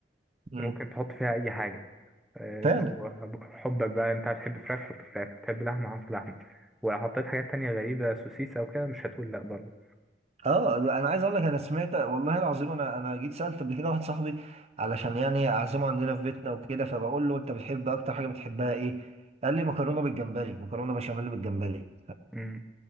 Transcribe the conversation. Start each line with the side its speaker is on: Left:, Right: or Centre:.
Centre: انت
Right: مم.
Centre: ممكن تحط فيها اي حاجه آه،
Right: فعلا
Centre: انت وحبك بقى انت بتحب فراخ حط فراخ بتحب لحمه حط لحمه وحطيت حاجات تانية غريبه سوسيس او كده مش هتقول لا برضه
Right: اه انا عايز اقول لك انا سمعت والله العظيم انا انا جيت سالت قبل كده واحد صاحبي علشان يعني اعزمه عندنا في بيتنا وكده فبقول له انت بتحب اكتر حاجه بتحبها ايه؟ قال لي مكرونه بالجمبري مكرونه بشاميل بالجمبري
Centre: امم